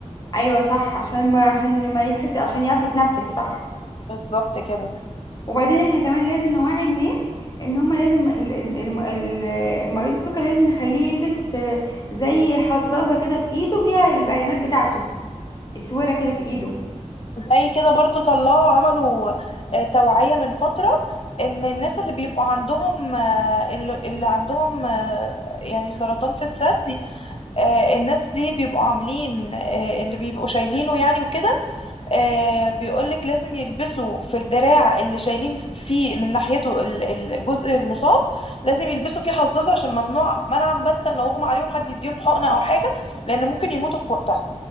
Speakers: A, on the left (about 35°); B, on the left (about 50°).
A: ايوه صح عشان ما عشان ما يحس عشان يعرف يتنفس صح
B: بالظبط كده
A: وبعدين احنا كمان لازم نوعي الناس ان هما لازم ال- ال- الم- ال- مريض السكر لازم نخليه يلبس آه، زي حظاظه كده في ايده فيها البيانات بتاعته اسوره كده في ايده
B: زي كده برضو طلعوا عملوا آه، توعية من فترة ان الناس اللي بيبقوا عندهم آه، اللي اللي عندهم آه، يعني سرطان في الثدي آه، الناس دي بيبقوا عاملين آه، اللي بيبقوا شايلينه يعني وكده آه بيقولك لازم يلبسوا في الدراع اللي شايلين فيه من ناحيته ال- ال- الجزء المصاب لازم يلبسوا فيه حظاظه عشان ممنوع منعا باتا لو اغمى عليهم حد يديهم حقنة او حاجة لان ممكن يموتوا في وقتها